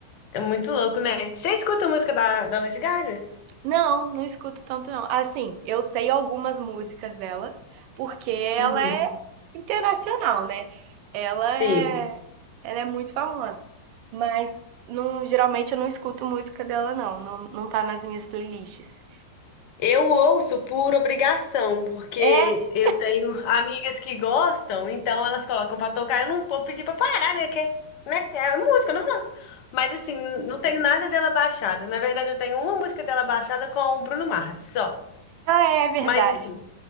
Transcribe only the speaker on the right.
Não, não escuto tanto não. Assim, eu sei algumas músicas dela, porque ela
é internacional, né? Ela é,
ela é muito famosa. Mas não, geralmente eu não escuto música dela não, não, não tá nas minhas playlists.
É,
ela é verdade.